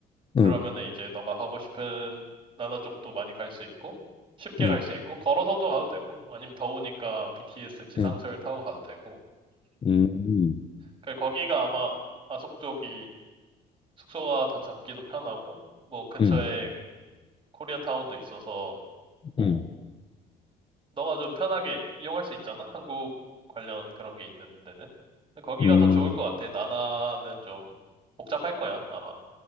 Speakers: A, on the right; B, on the left.
A: 그러면은
B: 응.
A: 이제 너가 가고 싶은 나나 쪽도 많이 갈 수 있고 쉽게
B: 응
A: 갈 수 있고 걸어서도 가도 되고 아니면 더우니까 BTS 지상철
B: 응
A: 타고 가도 되고.
B: 음,
A: 그 거기가 아마 아속 쪽이 숙소가 더 잡기도 편하고 뭐 근처에
B: 음,
A: 코리아타운도 있어서 뭐
B: 음,
A: 너가 좀 편하게 이용할 수 있잖아? 한국 관련 그런 게 있는 데는. 근데 거기가
B: 음,
A: 더 좋을 것 같아. 나나는 좀 복잡할 거야, 아마.